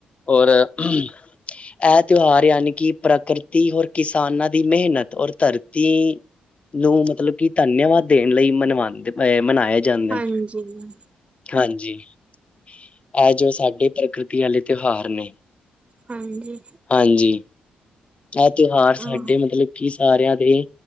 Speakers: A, on the left; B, on the right.
A: ਔਰ ਇਹ ਤਿਉਹਾਰ ਯਾਨੀ ਕਿ ਪ੍ਰਕਿਰਤੀ ਔਰ ਕਿਸਾਨਾਂ ਦੀ ਮਿਹਨਤ, ਔਰ ਧਰਤੀ। ਮਜਬੂਤੀ ਨੂੰ ਮਤਲਬ ਕਿ। ਧੰਨਿਆਵਾਦ ਦੇਣ ਲਈ ਮਨਵਾਉਂਦੇ ਅ ਮਨਾਏ ਜਾਂਦੇ
B: ਹਾਂਜੀ
A: ਨੇ। ਹਾਂਜੀ' ਇਹ ਜੋ ਸਾਡੇ ਪ੍ਰਕਿਰਤੀ ਵਾਲੇ ਤਿਉਹਾਰ ਨੇ।
B: ਹਾਂਜੀ।
A: ਹਾਂਜੀ ਇਹ ਤਿਉਹਾਰ ਸਾਡੇ
B: ਉਹ
A: ਮਤਲਬ ਕਿ ਸਾਰਿਆਂ ਦੇ